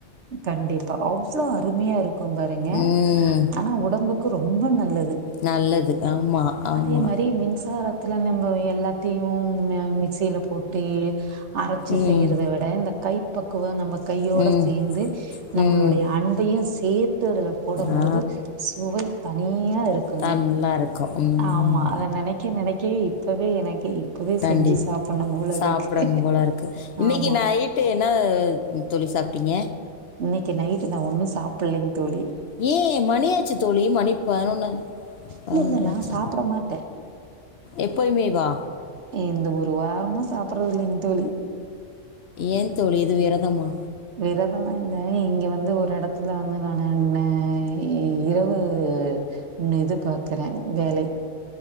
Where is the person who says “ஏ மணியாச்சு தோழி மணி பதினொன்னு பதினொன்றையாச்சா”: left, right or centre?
Left